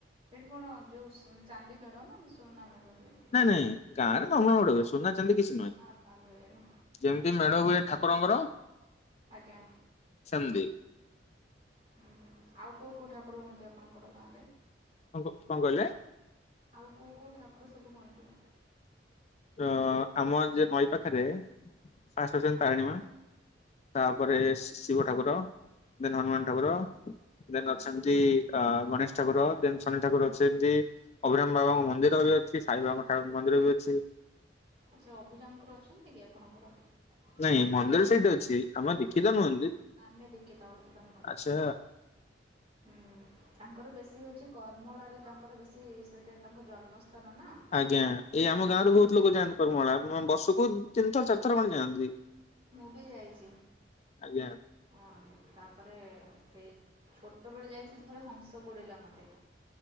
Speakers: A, on the right (about 30°); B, on the left (about 35°).
A: ସେଠି କଣ ଯୋଉ ଚାନ୍ଦି ମେଢ ନା ସୁନା ମେଢ ହୁଏ।
B: ନାଇଁ ନାଇଁ ଗାଁରେ ନର୍ମାଲ
A: ଗୋଲ୍ଡ
B: ମେଢ଼ ହୁଏ ସୁନା ଚାନ୍ଦି କିଛି ନୁହେଁ।
A: ନର୍ମାଲ ହୁଏ ନା
B: ଯେମିତି ମେଢ ହୁଏ ଠାକୁରଙ୍କର।
A: ଆଜ୍ଞା।
B: ସେମିତି
A: ହୁଁ ହୁଁ ଆଉ କୋଉ କୋଉ ଠାକୁର ହୁଅନ୍ତି ଆପଣଙ୍କର ଗାଁ ରେ?
B: ଙ୍କ କଣ କହିଲେ।
A: ଆଉ କୋଉ କୋଉ ଠାକୁର ସବୁ ହୁଅନ୍ତି?
B: ଅ ଆମ ଯ ନଈ ପାଖରେ ଆସୁଛନ୍ତି
A: ଆଜ୍ଞା
B: ତାରିଣୀମା ତାପରେ ଶିବ ଠାକୁର ଦେନ ହନୁମାନ
A: ହୁଁ
B: ଠାକୁର ଦେନ
A: ହୁଁ
B: ଅଛନ୍ତି ଅ ଗଣେଶ ଠାକୁର ଦେନ୍ ଶନି ଠାକୁର ଅଛନ୍ତି। ଅଭିିରାମ ବାବାଙ୍କ ମନ୍ଦିର ବି ଅଛି ସାଇବାଙ୍କ ଠାରୁ ମନ୍ଦିର ବି ଅଛି।
A: ଆଚ୍ଛା ଅଭିରାମଙ୍କର ଅଛନ୍ତି କି ଆପଣଙ୍କର?
B: ନାଇଁ ମନ୍ଦିର।
A: ଆମେ
B: ସେଇଟି ଅଛିଆମେ ଦେଖିଦ
A: ଆମେ ଦେ
B: ନୁହନ୍ତି।
A: ଆମେ ଦେଖିଥାଉ ତାଙ୍କର
B: ଆଚ୍ଛା
A: ହୁଁ ତାଙ୍କର ବେଶୀ ହଉଛି କର୍ମଳାରେ ତାଙ୍କର ବେଶୀ ସେଇଠା ତାଙ୍କ ଜନ୍ମସ୍ଥାନ ନା।
B: ଆଜ୍ଞା
A: ସେଇଠି
B: ଏଇ ଆମ ଗାଁ ରେ
A: ତାଙ୍କର
B: ବହୁତ ଲୋକ ଯାଆନ୍ତି କରମଳା ବର୍ଷକୁ ତିନି ଥର ଚାରିଥର ଖଣ୍ଡେ ଯାଆନ୍ତି।
A: ମୁବି ଯାଇଛି।
B: ଆଜ୍ଞା
A: ହଁ ତାପରେ ସେଇ ଛୋଟବେଳେ ଯାଇଥିଲି ଥରେ ହଂସ ଗୋଡ଼େଇଲା ମୋତେ।